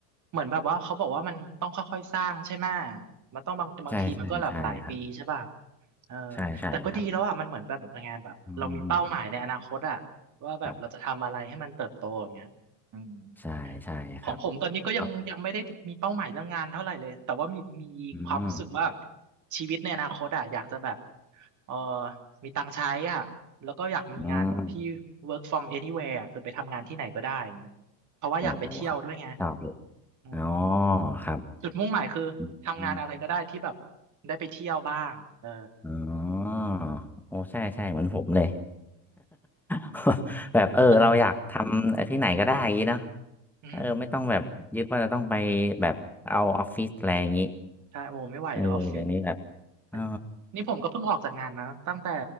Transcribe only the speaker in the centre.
ใช่ใช่ใช่ครับ
ใช่ใช่ครับ
อืมครับใช่ใช่ครับ
ครับอืม
อืม
โอ้ครับครับเลย
อ๋อครับ
อืม
อ๋อโอ้ใช่ใช่เหมือนผมเลย <laughs> แบบเออเราอยากทำที่ไหนก็ได้อย่างนี้เนาะ
เออไม่ต้องแบบยึดว่าจะต้องไปแบบเอาออฟฟิศอะไรอย่างนี้
เออเดี๋ยวนี้แบบเออ